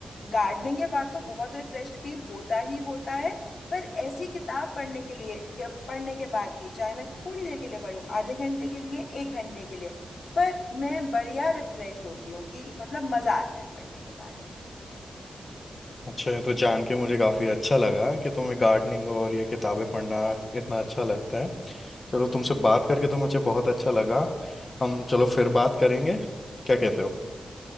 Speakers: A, on the left; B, on the left.
A: गार्डनिंग के बाद तो बहुत रिफ्रेश फील होता ही होता है पर ऐसी किताब पढ़ने के लिए के- पढ़ने के बाद भी चाहे मैं थोड़ी देर के लिए पढूं आधे घंटे के लिए एक घंटे के लिए पर मैं बढ़िया रिफ्रेश्ड होती हूँ कि मतलब मजा आता है पढ़ने के बाद
B: अच्छा ये तो जान के मुझे काफी अच्छा लगा कि तुम्हें गार्डनिंग और ये किताबें पढ़ना इतना अच्छा लगता है चलो तुमसे बात करके तो मुझे बहुत अच्छा लगा हम चलो फिर बात करेंगे क्या कहते हो